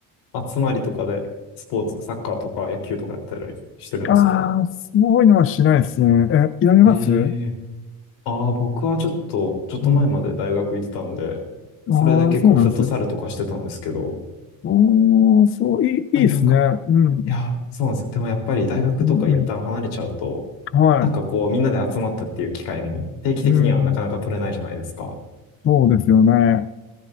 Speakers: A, on the left; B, on the left.
A: あ、集まりとかで、スポーツ、サッカーとか野球とかやったりしてるんですか
B: ああ、そういうのはしないですね。え、やりますう
A: ええああ僕はちょっと、ちょっと前まで大学行ってたんで、
B: ん
A: それで結構フットサルとかしてたんですけど、
B: ああ、そうなんですね。
A: やっ
B: ああ、そう、いい、いいですね。
A: ぱりなんか、
B: うん。
A: いや、そうなんですよ。でもやっぱり大学とか一旦離れちゃうと、
B: うん、うん。は
A: なんかこうみんなで集まったっていう機会も定期的にはなかなか取れないじゃないですか。
B: い。うん。そうですよね。